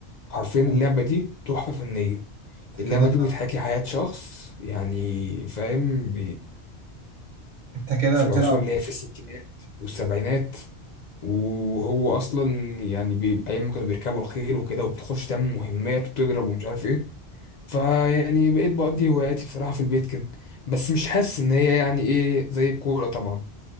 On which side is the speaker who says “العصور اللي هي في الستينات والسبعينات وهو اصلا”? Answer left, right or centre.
Left